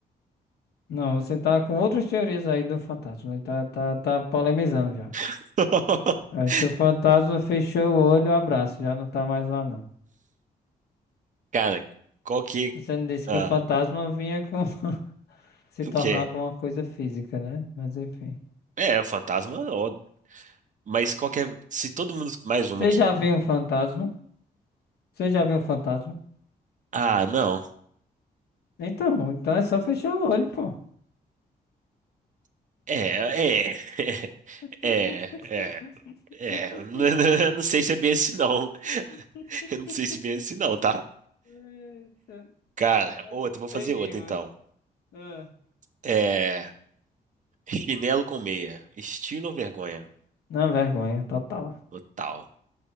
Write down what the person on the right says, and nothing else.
<laughs>
Cara, qual que.
ah,
o
quê?
É, o fantasma, ó, mas qual que é. Se todo mundo. Mais uma
aqui.
Ah, não.
É, é, <laughs> é,
é, é. <laughs> Eu Não sei se é bem assim, não. <laughs> Eu não sei se é bem assim, não, tá?
Cara,
outra, vou fazer
outra então.
É, chinelo com meia, estilo ou vergonha?
Total,